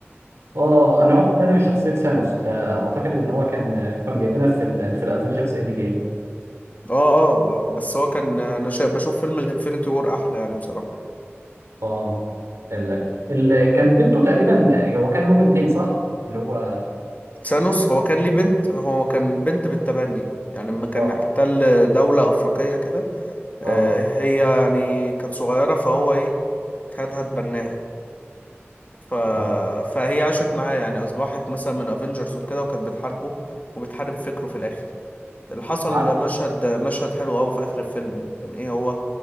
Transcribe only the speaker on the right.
اه انا واخد بالي من شخصيه ثانوس آه، اعتقد ان هو كان آه، كانوا جايبينها في ال في الافنجرز اند جيم
اه ال... ال... كان بنته تقريبا هو كان له بنتين صح؟ اللي هو
اه
اه
عبد-
عارف